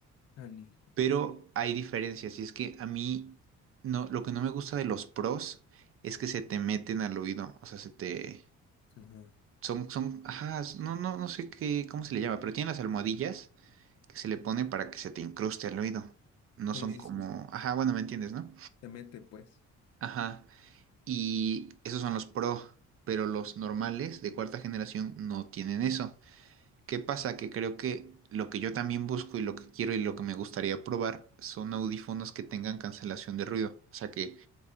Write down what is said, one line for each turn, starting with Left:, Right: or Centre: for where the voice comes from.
Left: Canijo.
Right: Pero hay diferencias, y es que a mí, no, lo que no me gusta de los Pros es que se te meten al oído, o sea, se te...
Left: Ajá.
Right: Son, son, ajá, no, no, no sé qué, cómo se le
Left: Tun,
Right: llama,
Left: tun,
Right: pero tienen
Left: tun.
Right: las almohadillas que se le pone para que se te incruste el oído. No
Left: Sí,
Right: son
Left: sí,
Right: Sí. como,
Left: sí.
Right: ajá, bueno, ¿me entiendes, no?
Left: Te mete, pues.
Right: Ajá. Y esos son los Pro, pero los normales de cuarta generación no tienen eso. ¿Qué pasa? Que creo que lo que yo también busco y lo que quiero y lo que me gustaría probar son audífonos que tengan cancelación de ruido. O sea, que,